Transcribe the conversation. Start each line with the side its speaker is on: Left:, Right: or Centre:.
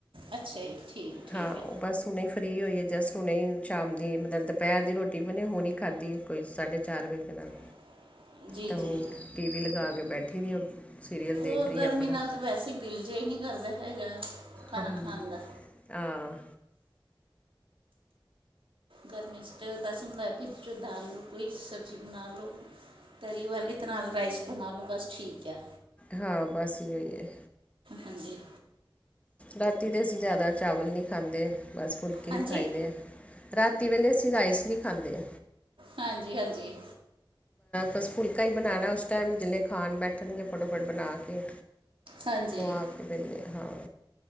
Right: ਅੱਛਾ ਜੀ ਠੀਕ
Left: ਹਾਂ ਉਹ
Right: ਹੈ
Left: ਬਸ ਹਣੇ ਫਰੀ ਹੋਈ ਹੈ ਜਸਟ ਹਣੇ ਸ਼ਾਮ ਦੀ ਮਤਲਬ ਦੁਪਹਿਰ ਦੀ ਰੋਟੀ ਵੀ ਉਹਨੇ ਹੁਣੀ ਖਾਧੀ ਕੋਈ ਸਾਢੇ ਚਾਰ ਵਜੇ ਦੇ ਨਾਲ
Right: <inaudible>
Left: ਤਾਂ
Right: ਜੀ
Left: ਹੁਣ ਟੀ ਵੀ ਲਗਾ ਕੇ ਬੈਠੀ ਰਹੀ ਉਹ ਸੀਰੀਅਲ
Right: ਉਹ
Left: ਦੇਖ ਰਹੀ
Right: ਗਰਮੀ
Left: ਆਪਣਾ
Right: ਨਾਲ ਤਾਂ ਵੈਸੇ ਹੀ ਦਿਲ ਜਿਹਾ ਹੀ ਨਹੀਂ ਕਰਦਾ ਹੈਗਾ ਖਾਣਾ
Left: ਹਾਂਜੀ
Right: ਖਾਣ ਦਾ
Left: ਹਾਂ
Right: ਗਰਮੀ ਚ ਤਾਂ ਬਸ ਹੁੰਦਾ ਵੀ ਦਾਲ ਕੋਈ ਸਬਜ਼ੀ ਬਣਾ ਲਓ ਤਰੀ ਵਾਲੀ ਤ ਨਾਲ ਰਾਈਸ ਬਣਾ ਲਓ ਬਸ ਠੀਕ ਆ
Left: ਹਾਂ ਬਸ ਇਹੋ ਹੀ ਹੈ
Right: ਹਾਂਜੀ
Left: ਰਾਤੀ ਦੇ ਅਸੀਂ ਜ਼ਿਆਦਾ ਚਾਵਲ ਨਹੀਂ ਖਾਂਦੇ ਬਸ ਫੁਲਕੇ
Right: ਹਾਂਜੀ
Left: ਹੀ ਖਾਈਦੇ ਆ ਰਾਤੀ ਵੇਲੇ ਅਸੀਂ ਰਾਈਸ ਨਹੀਂ ਖਾਂਦੇ
Right: ਹਾਂਜੀ ਹਾਂਜੀ
Left: ਬਸ ਫੁਲਕਾ ਹੀ ਬਣਾਣਾ ਉਸ ਟਾਈਮ ਜਲੇ ਖਾਣ ਬੈਠਣਗੇ ਫਟੋਫਟ ਬਣਾ ਕੇ।
Right: ਹਾਂਜੀ
Left: ਖਵਾ ਕੇ ਪਹੇ ਹਾਂ।